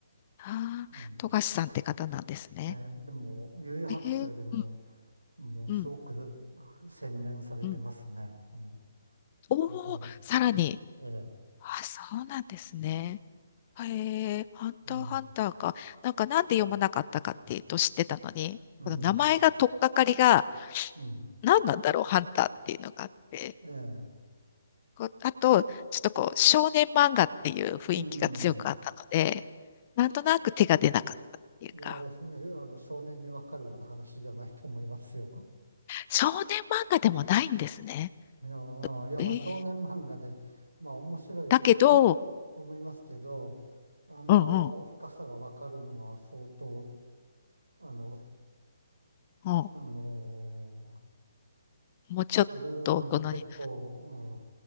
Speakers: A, on the left; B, on the right.
A: ああ、
B: うん。
A: 富樫さんって方なんですね。
B: えーでも、悠々白書よりも、
A: えー、うん、
B: もうすごく
A: うん、
B: 洗練されてますね。
A: うん。
B: あの、
A: おお、
B: ダンス。
A: さらに。
B: ええ、
A: あ、そうなんですね。へえ、ハンターハンターか。
B: うん、
A: なんかなんで読まなかったかっていうと知ってたのに、
B: うん、
A: この名前が取っかかりが
B: うん、
A: 何なんだろう、ハンターっていうのがあって。
B: ええ、
A: こう、あと、ちょっとこう、少年漫画っていう雰囲気が強くあったので、
B: うん。
A: なんとなく手が出なかったっていうか、
B: いや、あれ、あの、少年にわかるような話じゃないと思いますよ。
A: 少年漫画でもないんですね。
B: <laughs> いや、うんいや、
A: えー
B: まあ、少年漫画で、まあ、面白い、
A: だけど、
B: まあ、と思いますけど、あの、
A: うんうん、
B: 深さがわかるのは相当、あの、
A: うん、
B: あの、
A: もうちょっと大人になる。
B: それ、結構、